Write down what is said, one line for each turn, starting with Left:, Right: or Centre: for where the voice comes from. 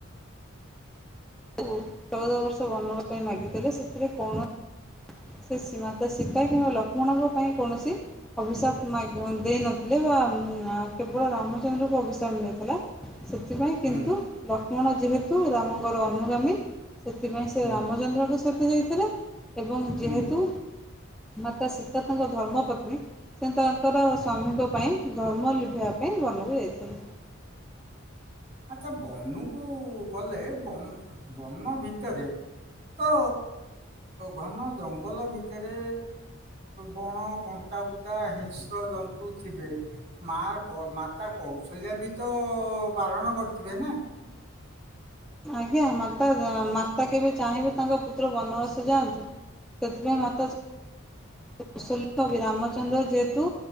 Centre: ଚଉଦ ବନବାସ ପାଇଁ ମାଗିଥିଲେ ସେଥିରେ କୌଣ ସି ଶିବମାତା ସୀତା କିମ୍ବା ଲକ୍ଷ୍ମଣଙ୍କ ପାଇଁ କୌଣସି ଅଭିଶାପ ମାଗି ଦେଇନଥିଲେ ବା କେବଳ ରାମଚନ୍ଦ୍ରଙ୍କୁ ଅଭିସାପ ମିଳିଥିଲା। ସେଥିପାଇଁ
Right: ହୁଁ
Centre: କିନ୍ତୁ ଲକ୍ଷ୍ମଣ ଯେହେତୁ ରାମଙ୍କର ଅନୁଗାମୀ ସେଥିପାଇଁ ସେ
Right: ହୁଁ
Centre: ରାମଚନ୍ଦ୍ରଙ୍କ ସହିତ ଯାଇଥିଲେ ଏବଂ
Right: ହୁଁ
Centre: ଯେହେତୁ ମାତା ସୀତ ତାଙ୍କ ଧର୍ମପତ୍ନୀ ସେ ତାଙ୍କର ସ୍ୱାମୀଙ୍କ ପାଇଁ ଧର୍ମ ଲିଭିବା ପାଇଁ ବନକୁ ଯାଇଥିଲେ।
Right: ଆଚ୍ଛା ବନକୁ ଗଲେ ବ ବନ ଭିତରେ ତ ଘନ ଜଙ୍ଗଲ ଭିତରେ ବଣକ ଲଟାବୁଦା ହିଂସ୍ର ଜନ୍ତୁ। ଥିବେ। ମା ମାତା କୌଶଲ୍ୟା ବି ତ ବାରଣ କରୁଥିବେ ନା।
Centre: ଆଜ୍ଞା ମାତା ମାତା କେବେ ଚାହିଁବେ ତାଙ୍କ ପୁତ୍ର ବନବାସ ଯାଆନ୍ତୁ। ସେଥିପାଇଁ ମାତା କୌଶଲବ ରାମଚନ୍ଦ୍ର ଯେହେତୁ